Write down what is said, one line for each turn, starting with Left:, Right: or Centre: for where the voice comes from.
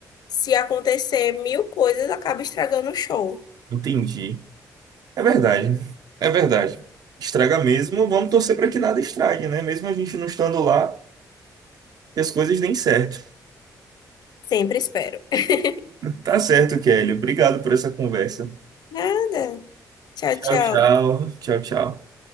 Left: se acontecer mil coisas, acaba estragando o show.
Right: Entendi. É verdade. É verdade. Estraga mesmo, vamos torcer para que nada estrague, né? Mesmo a gente não estando lá, que as coisas deem certo.
Left: Sempre espero. <laughs>
Right: Tá certo, Kelly. Obrigado por essa conversa.
Left: Nada. Tchau,
Right: Tchau,
Left: tchau.
Right: tchau. Tchau, tchau.